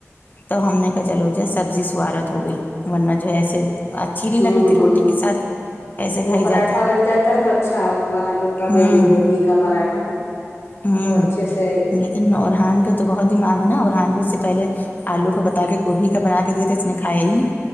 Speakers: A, on the left; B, on the left.
A: تو ہم نے کہا چلو جی سبزی سوارت ہو گئی ورنہ جو ہے ایسے اچھی نہیں
B: ہوں
A: لگ رہی تھی روٹی
B: ہوں
A: کے ساتھ ایسے کھائی
B: وہ پراٹھا
A: جاتی
B: بن جاتا ہے تو اچھا وہ آلو کا
A: ہوں
B: بڈو گوبھی کا پراٹھا
A: ہوں
B: تو اچھے سے
A: لیکن ارحان کے تو بہت دماغ نا ارہان کو اس سے پہلے آلو کو بتا کے گوبھی کا بنا کے دیا تو اس نے کھایا ہی نہیں